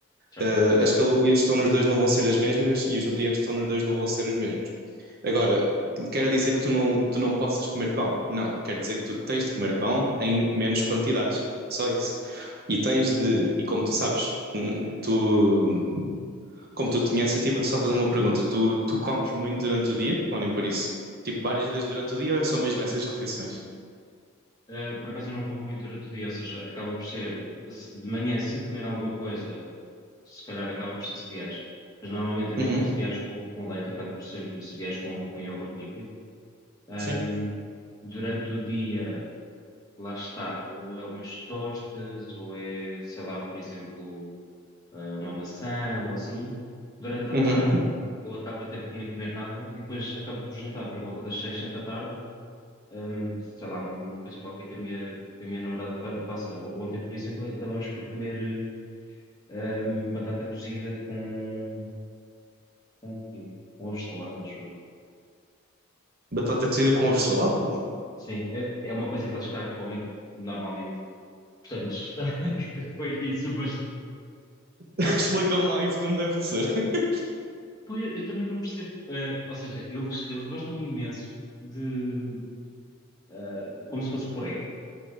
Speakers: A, on the left; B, on the right.
A: certo.
B: Uh, as calorias que estão nos dois não vão ser as mesmas e os nutrientes que estão nos dois não vão ser os mesmos. Agora, quer dizer que tu não, tu não possas comer pão? Não, quer dizer que tu tens de comer pão em menos quantidades, só isso. E tens de, e como tu sabes, tu, como tu tinha essa ativa, tu só fazer uma pergunta, tu, tu comes muito durante o dia ou nem por isso? Tipo, várias vezes durante o dia ou é só mesmo essas refeições?
A: Ah, por acaso eu não como muito durante o dia, ou seja, acaba por ser, se- de manhã se comer alguma coisa, se calhar acaba por ser cereais, mas normalmente eu nem
B: Uhum.
A: como cereais com, com leite, acaba por ser cereais com, com iogurte líquido. Ahm,
B: Sim.
A: durante o dia. lá está, ou é umas tostas, ou é, sei lá, por exemplo, ah, uma maçã ou assim. Durante a
B: Uhum.
A: tarde eu acabo até por nem comer nada e depois acabo por jantar por volta das seis, sete da tarde, ahm, sei lá, uma, uma coisa qualquer que a minha, que a minha namorada fa- faça. O- Ontem, por exemplo, acabamos por comer ahm, batata cozida com, com o quê? Com ovos estrelados, acho eu.
B: Batata cozida com ovo salado?
A: Sim, é, é uma coisa que eles cá comem normalmente. Portanto, <laughs> foi isso, mas
B: <laughs> Explica-me lá isso como deve de ser. <laughs>
A: Pô, eu, eu também não percebo. Eh, ou seja, eles, eles gostam imenso de. eh, como se fosse puré.